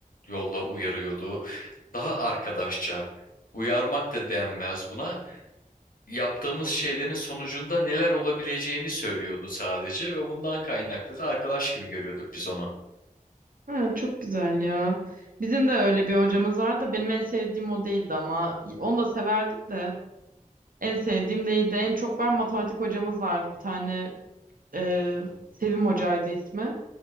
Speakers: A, on the left; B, on the right.
A: yolla uyarıyordu. Daha arkadaşça uyarmak da denmez buna. Yaptığımız şeylerin sonucunda neler olabileceğini söylüyordu sadece ve bundan kaynaklı da arkadaş gibi görüyorduk biz onu.
B: Ha, çok güzel ya. Bizim de öyle bir hocamız vardı benim en sevdiğim o değildi ama onu da severdim de en sevdiğim değildi. En çok ben matematik hocamız vardı bir tane e, Sevim hocaydı ismi.